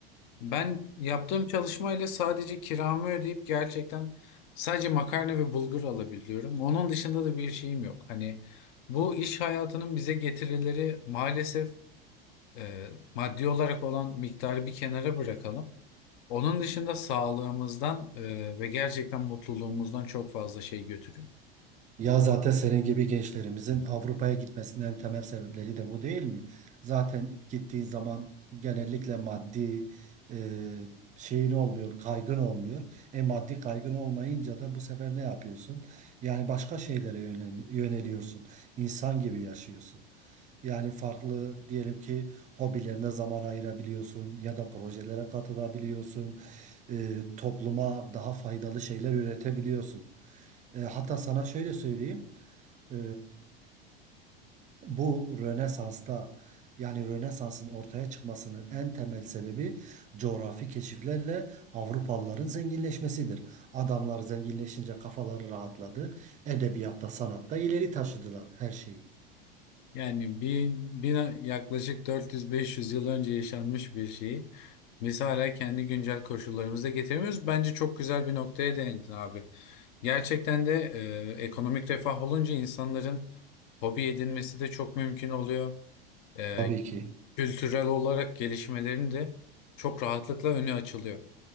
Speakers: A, on the left (about 55°); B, on the right (about 25°).
A: Ben yaptığım çalışmayla sadece kiramı ödeyip gerçekten sadece makarna ve bulgur alabiliyorum. Onun dışında da bir şeyim yok. Hani bu iş hayatının bize getirileri maalesef e, maddi olarak olan miktarı bir kenara bırakalım. Onun dışında sağlığımızdan e, ve gerçekten mutluluğumuzdan çok fazla şey götürüyor.
B: Ya zaten senin gibi gençlerimizin Avrupa'ya gitmesinin en temel sebepleri de bu değil mi? Zaten gittiğin zaman genellikle maddi e, şeyin olmuyor, kaygın olmuyor. E maddi kaygın olmayınca da bu sefer ne yapıyorsun? Yani başka şeylere yönel- yöneliyorsun. İnsan gibi yaşıyorsun. Yani farklı diyelim ki hobilerine zaman ayırabiliyorsun ya da projelere katılabiliyorsun. E, topluma daha faydalı şeyler üretebiliyorsun. E, hatta sana şöyle söyleyeyim. E, bu Rönesans'ta yani Rönesans'ın ortaya çıkmasının en temel sebebi coğrafi keşiflerle Avrupalıların zenginleşmesidir. Adamlar zenginleşince kafaları rahatladı. Edebiyatta, sanatta ileri taşıdılar her şeyi.
A: Yani bir, bir yaklaşık 400-500 yıl önce yaşanmış bir şeyi biz hala kendi güncel koşullarımıza getiremiyoruz. Bence çok güzel bir noktaya değindin abi. Gerçekten de e, ekonomik refah olunca insanların hobi edinmesi de çok mümkün oluyor. E,
B: Tabii ki.
A: kültürel olarak gelişmelerin de çok rahatlıkla önü açılıyor.